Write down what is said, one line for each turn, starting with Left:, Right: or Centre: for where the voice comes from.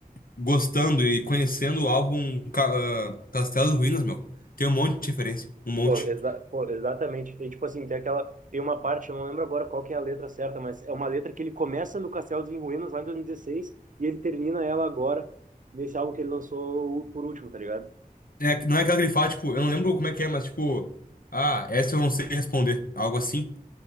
Left: gostando e conhecendo o álbum Ca- ah, Castelo e Ruínas, meu, tem um monte de referência, um monte.
Right: Pô, exa- pô, exatamente. E, tipo assim, tem aquela. Tem uma parte, eu não lembro agora qual que é a letra certa, mas é uma letra que ele começa no Castelos em Ruínas lá em 2016 e dezesseis e ele termina ela agora, nesse álbum que ele lançou o- por último, tá ligado?
Left: É, que- não é aquela que ele fala, tipo, eu não lembro como é que é, mas tipo, ah, essa eu não sei responder, algo assim.